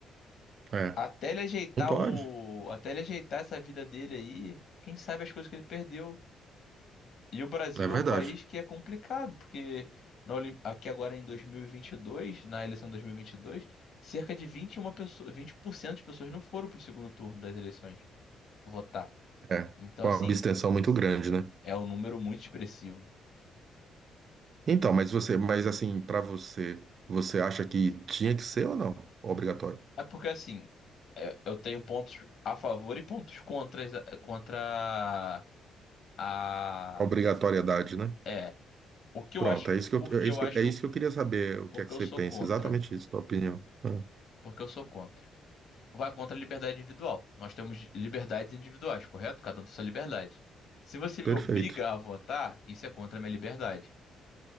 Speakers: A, on the right; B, on the left.
A: é.
B: Até ele ajeitar
A: Não pode.
B: o, até ele ajeitar essa vida dele aí, quem sabe as coisas que ele perdeu. E o Brasil
A: É verdade.
B: é um país que é complicado, porque na Olim- aqui agora em 2022, na eleição de 2022, cerca de 21 pessoa, 21% de pessoas não foram para o segundo turno das eleições votar.
A: É.
B: Então,
A: Com
B: assim,
A: a abstenção muito grande, né?
B: é um número muito expressivo.
A: Então, mas você, mas assim, para você, você acha que tinha que ser ou não? Obrigatório.
B: É porque, assim, é- eu tenho pontos a favor e pontos contras, eh, contra a...
A: Obrigatoriedade, né?
B: É, o que eu
A: Pronto,
B: acho,
A: é isso que
B: porque
A: eu, é isso,
B: eu acho,
A: que eu- é isso que eu queria saber, o
B: porque
A: que é que
B: eu
A: você
B: sou
A: pensa,
B: contra.
A: exatamente isso, tua opinião. Ah,
B: Porque eu sou contra. vai contra a liberdade individual. Nós temos liberdades individuais, correto? Cada um tem sua liberdade. Se você me
A: perfeito,
B: obriga a votar, isso é contra a minha liberdade.